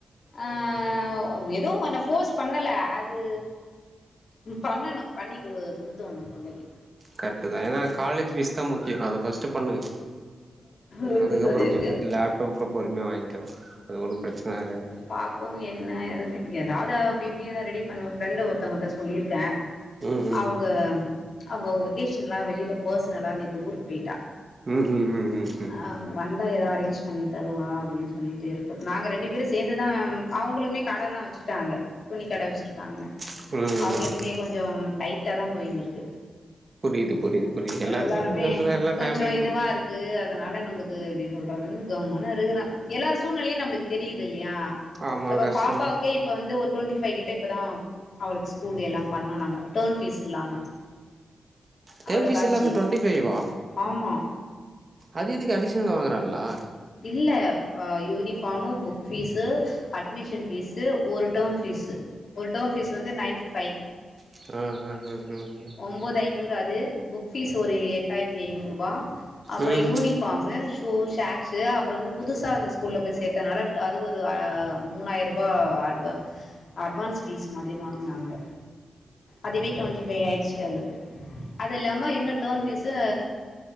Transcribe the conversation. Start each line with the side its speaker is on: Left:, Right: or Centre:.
Left: ஆ ஏதோ ஒன்ன போர்ஸ் பண்ணல அது பண்ணணு பண்ணி கு குடுத்தடணு புள்ளைக்கு
Right: கரட்டு தா ஏனா காலேஜ் ஃபீஸ் தா முக்கியோ அத ஃபர்ஸ்ட்டு பண்ணுங்க
Left: அதுக்கு
Right: அதுக்கப்றோ
Left: சொல்லியிருக்கே
Right: லேப்டாப் கூட பொறுமையா வாங்கிக்கலா அது ஒன்னும் பிரச்சன ஆகாது
Left: பாப்போ என்னது ஏதாவது அப்டி இப்டி ஏதாவ ரெடி பண்ணுவோ ஃப்ரெண்டு ஒருத்தவங்கிட்ட சொல்லிருக்கே
Right: ம்
Left: அவங்க அவங்க வெகேஷனல்லா வெளியில பெர்சனலா நேத்து ஊருக்கு போயிட்டா
Right: ம் ம் ம் ம்
Left: ஆ
Right: ம்
Left: வந்தா ஏதா அரேஞ்ச் பண்ணி தருவா அப்டின்னு சொல்லிட்டு இருக்கும் நாங்க ரெண்டு பேரும் சேந்துதா அவங்களுக்குமே கடல்லா வச்ச சுட்டாங்க துணி கட வச்சிருக்காங்க
Right: ம் ம்
Left: அவங்களுக்குமே
Right: ம்
Left: கொஞ்சோ டைட்டா தா போயினுருக்கு
Right: புரியுது புரியுது புரியுது எல்லாருக்குமே
Left: எல்லாருமே
Right: க கஷ் எல்லா
Left: கொஞ்சோ
Right: ஃபேமிலி
Left: இதுவா இருக்கு அதனால நமக்கு எப்டி சொல்றதுன் கம்முனு இருக்குறே எல்லாரு சூழ்நிலையு நம்மளுக்கு தெரியுதுல்லையா
Right: ஆமா
Left: இப்ப
Right: கஷ்டோ
Left: பாப்பாவுக்கே இப்ப வந்து ஒரு ட்வெண்ட்டி ஃபைவ் கிட்ட இப்போதா அவளுக்கு ஸ்கூல் எல்லா பண்ணோ நாங்க டர்ம் ஃபீஸ் இல்லாம
Right: டேர்ம்
Left: அவளுக்கு
Right: ஃபிஸ்ல்லாம
Left: ஆச்சு
Right: டொவன்ட்டி பைவ்வா
Left: ஆமா
Right: அது எதுக்கு அடிஷனலா வாங்கறாங்லா
Left: இல்ல ஆ uniform book fees admission fees ஒரு டர்ம் ஃபீஸ் ஒரு டர்ம் ஃபீஸ் வந்து நைன்டி பைவ்
Right: அ அ அ உம் உம்
Left: ஒம்போது ஐநூறு அது புக் வீஸ் ஒரு எட்டாயிரத்தி ஐநூறு ரூபா அப்றோ
Right: ம்
Left: யூனி ஃபாமு சூ சாக் ஸ்சு அப்றோ வந்து புதுசா அந்த ஸ்கூல்ல போய் சேத்தனால அது ஒரு மூணாயிர ரூபா அட்வா அட்வான்ஸ் வீஸ் மாதிரி வாங்குனாங்க அதுவே ட்வெண்டி ஃபைவ் ஆயிடுச்சு அவளுக்கு அது இல்லாம என்ன டேம் வீஸ்சு